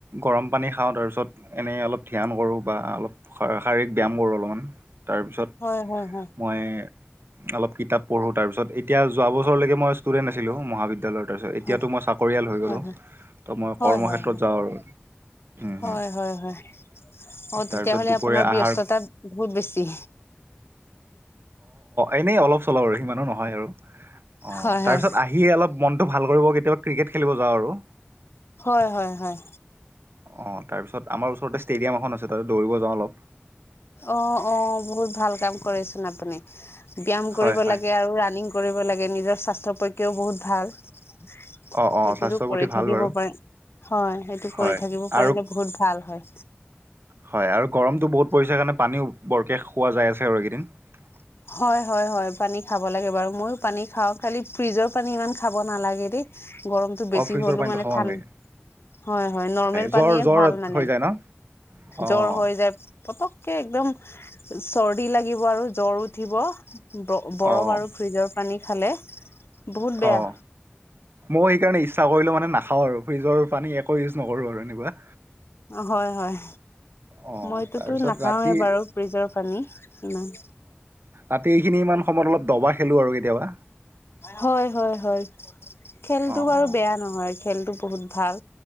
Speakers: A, on the right; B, on the left.
A: গৰম। পানী খাওঁ তাৰপিছত এনেই অলপ ধ্যান কৰোঁ বা অলপ শাৰীৰিক ব্যায়াম কৰোঁ অলপমান। তাৰপিছত
B: হয় হয় হয়
A: মই অলপ কিতাপ। পঢ়ো তাৰপিছত এতিয়া য বছৰলৈকে মই ষ্টুডেণ্ট আছিলোঁ বিদ্যালয়ত তাৰপিছত এতিয়াতো
B: হয়
A: মই চাকৰিয়াল হৈ গ'লোঁ
B: হয় হয়
A: তো মই
B: হয়
A: কৰ্মক্ষেত্ৰত
B: হয়
A: যাওঁ আৰু উম,
B: হয়
A: হুম,
B: হয় হয়। অঁ
A: তাৰপিছত
B: তেতিয়াহলে
A: দুপৰীয়া
B: আপোনাৰ
A: আহাৰ
B: ব্যস্ততা বহুত বেছি।
A: এনে অলপ চল আৰু সিমান নহয় আৰু অ
B: হয়
A: তাৰপিছত
B: হয়
A: আহি অলপ ম টো ভাল কৰিব কেতিয়াবা ক্ৰিকেট খেলিব যাওঁ আৰু
B: হয় হয় হয়
A: অঁ তাৰপিছত আমাৰ ওচৰতে ষ্টেডিয়াম এখন আছে। ততে দৌৰিব যাওঁ অলপ।
B: অঁ অঁ বহুত ভাল কাম কৰিচোন আপুনি। ব্যায়াম
A: হয়,
B: কৰিব
A: হয়,
B: লাগে আৰু ৰাণিং কৰিব লাগে নিজৰ স্বাস্থ্যৰ পক্ষেও বহুত ভাল। সেইটোতো
A: অ', অ', স্বাস্থ্যৰ প্ৰতি
B: কৰি
A: ভাল
B: থাকিব
A: বাৰু
B: পাৰে। হয় সেইটো
A: হয়
B: কৰি থাকিব পাৰিলে
A: আৰু
B: বহুত ভাল হয়
A: হয় আৰু গৰমটো বহুত পৰিছে কাৰণে পানীও বৰকে খোৱা যায় আছে আৰু এইকেইদিনৱ
B: হয় হয় হয় পানী খাব লাগে বাৰু মইো পানী খাওঁ খালি ফ্ৰিজৰ পানী ইমান খাব নালাগে দেই গৰমটো বছি
A: অ', ফ্ৰিজৰ
B: হ'লেও
A: পানীটো
B: মে
A: খাব
B: ঠানড।
A: নালাগে।
B: হয় হয় নৰ্মেল
A: জ্বৰ
B: পানীয়ে
A: জ্বৰ
B: ভাল মানে
A: হৈ যায় ন? অ',
B: জ্বৰ হৈ যায়। পতককে একদম চৰ্দি লাগিব আৰু জ্বৰ উঠিব। বৰফ
A: অ',
B: আৰু ফ্ৰিজৰ পানী খালে। বহুত বেয়া
A: অ' ময়ও সেইকাৰণে ইচ্ছা কৰিলো মানে। নাখাওঁ আৰু ফ্ৰিজৰ পানী একো ইউজ নকৰোঁ আৰু এনেকুৱা।
B: হয় হয়।
A: অ',
B: মইতোতো
A: তাৰপিছত
B: নাখাওঁৱেই
A: ৰাতি
B: বাৰু ফ্ৰিজৰ পানী, ইমান।
A: তাতে এইখিনি ইমান সময়ত অলপ দবা খেলো আৰু কেতিয়াবা।
B: হয় হয় হয় খেলতো
A: অ',
B: বাৰু
A: অ',
B: বেয়া নহয় খেলতটো বহুত ভাল।